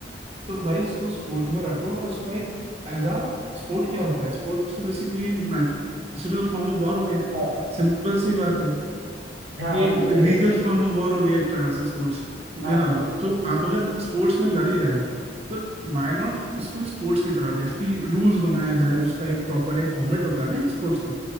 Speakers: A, on the right; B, on the right.
A: तो भाई उसको स्पोर्ट में रखो और उसको एक एज अ स्पोर्ट क्या होता है स्पोर्ट्स तो बेसिकली एक नेचुरल फॉर्म ऑफ वॉर हो गया
B: हाँ
A: सिंपल सी बात है
B: हाँ
A: ये
B: हाँ
A: एक
B: ये तो
A: लीगल
B: है ही।
A: फॉर्म ऑफ वॉर हो गया एक तरह से स्पोर्ट्स
B: हाँ
A: है ना लो- तो आप अगर स्पोर्ट्स में लड़ ही रहे हो तो व्हाई नॉट इसको स्पोर्ट्स की तरह दें इसकी रूल्स बनाया जाए उसका एक प्रॉपर एक फॉर्मेट होता है ना एक स्पोर्ट्स का